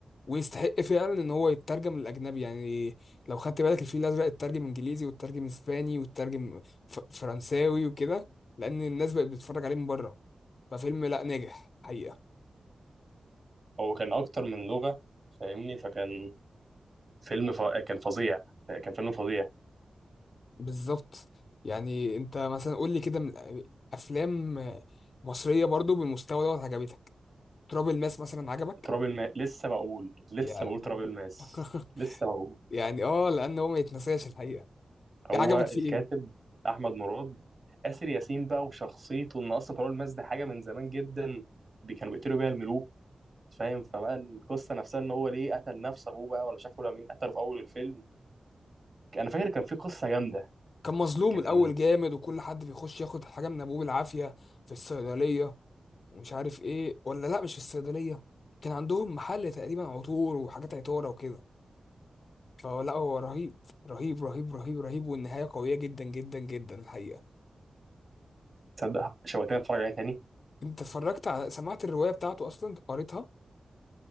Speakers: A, on the left; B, on the right.
A: ويستحق فعلا ان هو يترجم للاجنبي يعني لو خدت بالك الفيل الازرق اترجم انجليزي واترجم اسباني واترجم ف- فرنساوي وكده لان الناس بقت بتتفرج عليه من بره ففيلم لا ناجح حقيقة
B: هو كان اكتر من لغه فاهمني فكان فيلم ف... كان فظيع كان فيلم فظيع
A: بالظبط يعني انت مثلا قول لي كده من الأ- افلام مصرية برضو بالمستوى دوت عجبتك تراب الماس مثلا عجبك
B: تراب الماس لسه بقول لسه
A: يعني
B: بقول تراب الماس
A: <laughs>
B: لسه بقول
A: يعني اه لان هو ما يتنساش الحقيقة
B: هو
A: إيه، عجبك فيه
B: الكاتب
A: ايه
B: احمد مراد آسر ياسين بقى وشخصيته ان اصلا تراب الماس دي حاجه من زمان جدا بي- كانوا بيقتلوا بيها الملوك فاهم فبقى القصه نفسها ان هو ليه قتل نفس ابوه بقى ولا مش عارف ولا مين قتله في اول الفيلم انا فاكر كان في قصه جامده
A: كان مظلوم
B: كان
A: الاول جامد وكل حد بيخش ياخد حاجه من ابوه بالعافيه في الصيدليه ومش عارف ايه ولا لا مش في الصيدليه كان عندهم محل تقريبا عطور وحاجات عطاره وكده فلا هو رهيب رهيب رهيب رهيب رهيب والنهايه قويه جدا جدا جدا الحقيقه
B: تصدق شويتين اتفرج عليها تاني
A: انت اتفرجت على سمعت الروايه بتاعته اصلا قريتها